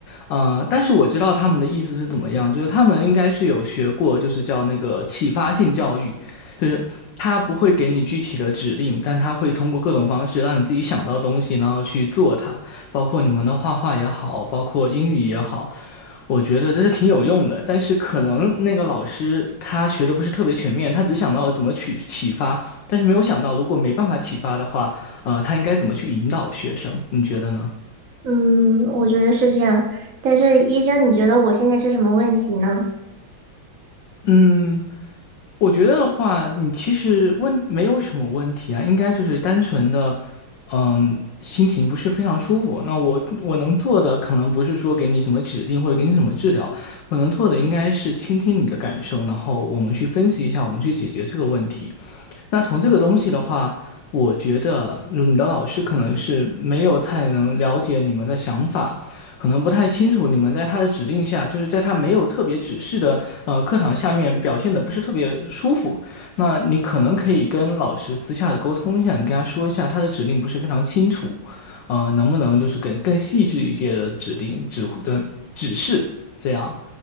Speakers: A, on the left; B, on the right.
A: 呃，但是我知道他们的意思是怎么样，就是他们应该是有学过，就是叫那个启发性教育，就是他不会给你具体的指令，但他会通过各种方式让你自己想到东西，然后去做它，包括你们的画画也好，包括英语也好。我觉得这是挺有用的，但是可能那个老师他学的不是特别全面，他只想到了怎么去启发，但是没有想到如果没办法启发的话，呃，他应该怎么去引导学生？你觉得呢？
B: 嗯，我觉得是这样，但是医生，你觉得我现在是什么问题呢？
A: 嗯，我觉得的话，你其实问没有什么问题啊，应该就是单纯的，嗯，心情不是非常舒服。那我我能做的可能不是说给你什么指令或者给你什么治疗，我能做的应该是倾听你的感受，然后我们去分析一下，我们去解决这个问题。那从这个东西的话，我觉得嗯你的老师可能是没有太能了解你们的想法，可能不太清楚你们在他的指令下，就是在他没有特别指示的呃课堂下面表现的不是特别舒服。那你可能可以跟老师私下的沟通一下，你跟他说一下他的指令不是非常清楚，呃，能不能就是更更细致一些的指令指挥的指示这样。